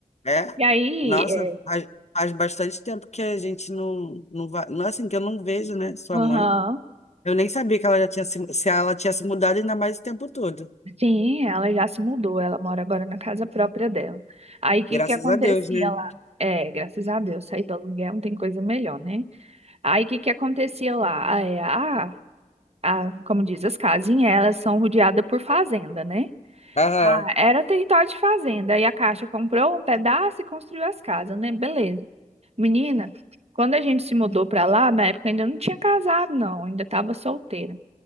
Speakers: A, on the left; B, on the right.
A: É?
B: E aí,
A: Nossa,
B: é,
A: faz, faz bastante tempo que a gente não, não vai. Não é assim que eu não vejo, né? Sua
B: aham.
A: mãe. Eu nem sabia que ela já tinha se, se ela tinha se mudado ainda mais o tempo todo.
B: Sim, ela já se mudou, ela mora agora na casa própria dela. Aí o que
A: Graças
B: que acontecia
A: a Deus, né?
B: lá? É, graças a Deus, sair do aluguel não tem coisa melhor, né? Aí o que que acontecia lá? Ah, É, a, a, como diz, as casinhas, elas são rodeadas por fazenda, né?
A: Aham.
B: Ah, era território de fazenda, e a Caixa comprou um pedaço e construiu as casas, né? Beleza. Menina, quando a gente se mudou pra lá, na época eu ainda não tinha casado, não, ainda estava solteira.